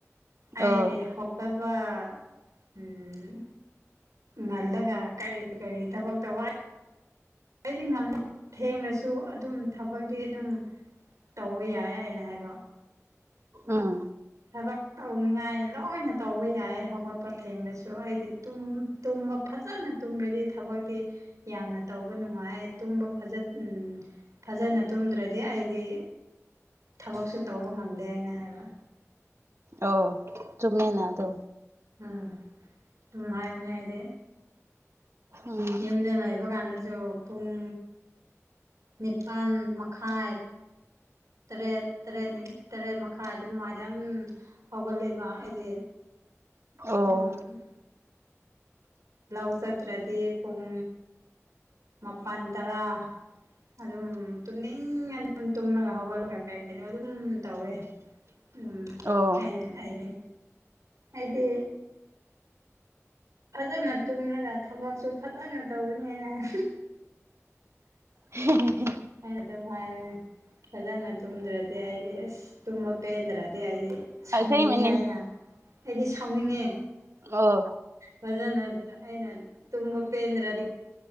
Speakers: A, on the right (about 85°); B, on the right (about 55°).
A: ꯑꯩꯗꯤ
B: ꯑꯣ
A: ꯍꯧꯇꯕ ꯎꯝ ꯉꯜꯂꯒ ꯀꯔꯤ ꯀꯔꯤ ꯊꯕꯛꯇꯩ ꯍꯥꯏ ꯑꯩꯗꯤ ꯉꯝ ꯊꯦꯡꯂꯁꯨ ꯑꯗꯨꯝ ꯊꯕꯛꯇꯤ ꯑꯗꯨꯝ ꯇꯧꯕ ꯌꯥꯏ ꯑꯩꯅ ꯍꯥꯏꯕ
B: ꯎꯝ
A: ꯊꯕꯛ ꯇꯧꯅꯤꯡꯉꯥꯏ ꯂꯣꯏꯅ ꯇꯧꯕ ꯌꯥꯏ ꯍꯧꯒꯠꯄ ꯊꯦꯡꯉꯁꯨ ꯑꯩꯗꯤ ꯇꯨꯝ ꯇꯨꯝꯕ ꯐꯖꯅ ꯇꯨꯝꯔꯗꯤ ꯊꯕꯛꯇꯤ ꯌꯥꯝꯅ ꯇꯧꯕ ꯅꯨꯡꯉꯥꯏ ꯇꯨꯝꯕ ꯐꯖꯠ ꯐꯖꯅ ꯇꯨꯝꯗ꯭ꯔꯗꯤ ꯑꯩꯗꯤ ꯊꯕꯛꯁꯨ ꯇꯧꯕ ꯉꯝꯗꯦ ꯍꯥꯏꯅ ꯍꯥꯏꯕ
B: ꯑꯣ ꯆꯨꯝꯃꯤꯅꯑꯦ ꯑꯗꯣ
A: ꯎꯝ ꯑꯗꯨꯝ ꯍꯥꯏꯕꯅꯦ ꯑꯩꯗꯤ
B: ꯎꯝ
A: ꯌꯨꯝꯗ ꯂꯩꯕ ꯀꯥꯟꯗꯁꯨ ꯄꯨꯡ ꯅꯤꯄꯥꯟ ꯃꯈꯥꯏ ꯇꯔꯦꯠ ꯇꯔꯦꯠ ꯅꯤꯠ ꯇꯔꯦꯠ ꯃꯈꯥꯏ ꯑꯗꯨꯝ ꯋꯥꯏꯗ ꯑꯝ ꯍꯧꯒꯂꯦꯕ ꯑꯩꯗꯤ
B: ꯑꯣ
A: ꯑꯗꯨꯝ ꯂꯧ ꯆꯠꯇ꯭ꯔꯗꯤ ꯄꯨꯡ ꯃꯥꯄꯜ ꯇꯔꯥ ꯑꯗꯨꯝ ꯇꯨꯝꯅꯤꯡ ꯑꯗꯨꯝ ꯇꯨꯝꯂꯒ ꯍꯧꯒꯠꯂꯒ ꯀꯩ ꯀꯩꯅꯣ ꯑꯗꯨꯝ ꯇꯧꯋꯦ ꯎꯝ
B: ꯑꯣ
A: ꯑꯅꯥ ꯑꯗꯤ ꯑꯗꯤ ꯐꯖꯅ ꯇꯨꯝꯂꯒ ꯊꯕꯛꯁꯨ ꯐꯖꯅ ꯇꯧꯒꯅꯤ ꯍꯥꯏꯅ ꯍꯥꯏ
B: <unintelligible>
A: ꯑꯩꯅ ꯑꯗꯨꯝ ꯍꯥꯏꯕꯅꯦ ꯐꯖꯅ ꯇꯨꯝꯗ꯭ꯔꯗꯤ ꯑꯩꯗꯤ ꯑꯁ ꯇꯨꯝꯕ ꯄꯦꯟꯗ꯭ꯔꯗꯤ ꯑꯩꯗꯤ ꯁꯥꯎꯅꯤꯡꯉꯦ
B: ꯑꯁꯦꯡꯕꯅꯦ
A: ꯑꯩꯅ ꯑꯩꯗꯤ ꯁꯥꯎꯅꯤꯡꯉꯦ
B: <unintelligible>
A: ꯃꯖꯅ ꯑꯩꯅ ꯇꯨꯝ ꯄꯦꯟ꯭ꯔ